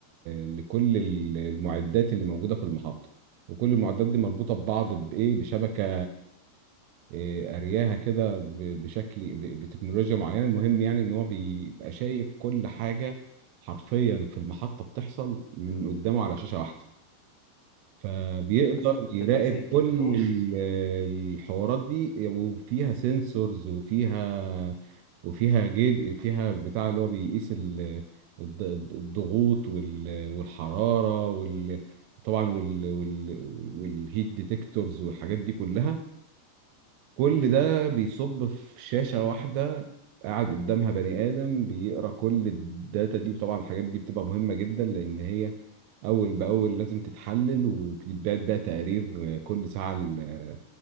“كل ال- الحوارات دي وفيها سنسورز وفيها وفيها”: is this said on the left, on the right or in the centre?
Right